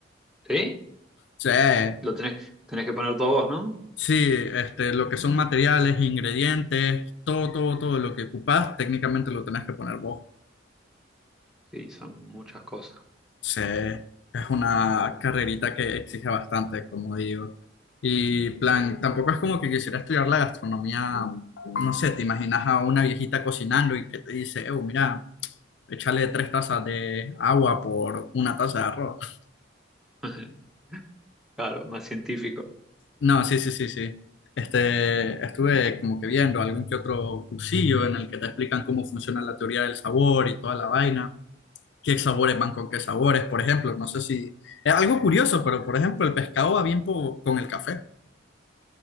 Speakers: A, in the centre; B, on the left.
A: ¿Sí?
B: sea,
A: Lo tenés, tenés que poner todo vos, ¿no?
B: sí, este, lo que son materiales, ingredientes, todo, todo, todo lo que ocupas, técnicamente lo tenés que poner vos.
A: Sí, son muchas cosas.
B: Sí, es una carrerita que exige bastante, como digo. Y plan, tampoco es como que quisiera estudiar la gastronomía, no sé, te imaginas a una viejita cocinando y que te dice, eh, mira, échale tres tazas de agua por una taza de arroz.
A: <laughs> Claro, más científico.
B: No, sí, sí, sí, sí. Este, estuve como que viendo algún que otro cursillo en el que te explican cómo funciona la teoría del sabor y toda la vaina. qué sabores van con qué sabores, por ejemplo. No sé si es algo curioso, pero por ejemplo, el pescado va bien po- con el café.